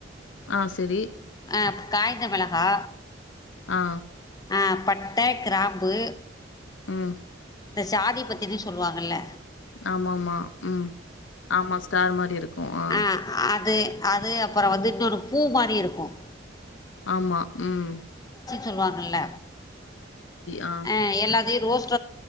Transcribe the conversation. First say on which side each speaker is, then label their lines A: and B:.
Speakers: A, on the left; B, on the left.
A: ஆ சரி.
B: அஹ காய்ந்த மிளகா
A: ஆ.
B: ஆஹ பட்ட கிராம்பு
A: ம்
B: இந்த சாதி பத்தினு சொல்லுவாங்க இல்ல
A: ஆமாமா உம் ஆமா ஸ்டார் மாரி இருக்கும் அஹ
B: ஆ அது அது அப்புறம் வந்துட்டு ஒரு பூ மாரி இருக்கும்
A: ஆமா உம்
B: சொல்லுவாங் இல்ல
A: ஆ
B: ஆஹ எல்லாத்தையும் ரோஸ்